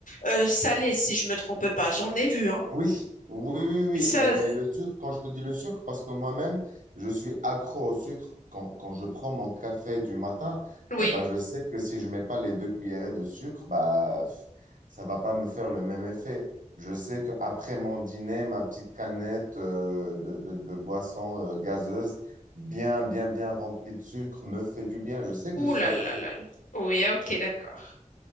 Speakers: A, on the left; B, on the right.
A: euh, salé, si je me trompe pas. J'en ai vu, hein.
B: Oui, oui, oui, oui,
A: Ça,
B: oui. mais, mais le sucre, quand je te dis le sucre, parce que moi-même, je suis accro au sucre. Quand, quand je prends mon café du matin,
A: oui.
B: eh ben, je sais que si je mets pas les deux cuillerées de sucre, bah, pff, ça va pas me faire le même effet. Je sais qu'après mon dîner, ma petite canette euh, de, de, de boisson euh, gazeuse, bien, bien, bien remplie de sucre, me fait du bien. Je sais que
A: Ouh
B: je suis
A: là
B: accro.
A: là là. là. Oui, ok, d'accord.